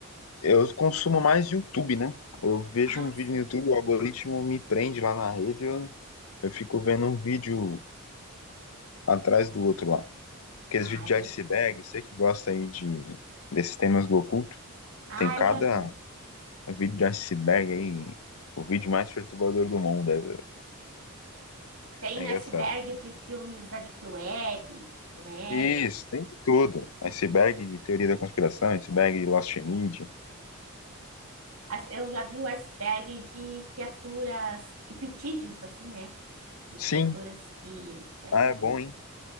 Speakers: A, on the left (about 75°); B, on the right (about 80°).
A: Eu consumo mais YouTube, né? Eu vejo
B: Ah,
A: um
B: sim.
A: vídeo no YouTube, o algoritmo me prende lá na rede, eu, eu fico vendo um vídeo atrás do outro lá. Aqueles
B: Ah,
A: vídeos de
B: é
A: iceberg,
B: legal.
A: você que gosta aí de, desses temas do oculto,
B: Ah,
A: tem cada
B: eu já vi.
A: vídeo de iceberg aí, o vídeo mais perturbador do mundo, é,
B: Tem
A: é engraçado.
B: iceberg de filmes da Deep Web, né?
A: Isso, tem de tudo. Iceberg de teoria da conspiração, iceberg de Lost Media.
B: As- Eu já vi o iceberg de criaturas, criptídeos, assim, né? De criaturas
A: Sim,
B: que, que,
A: ah, é
B: que
A: bom, hein?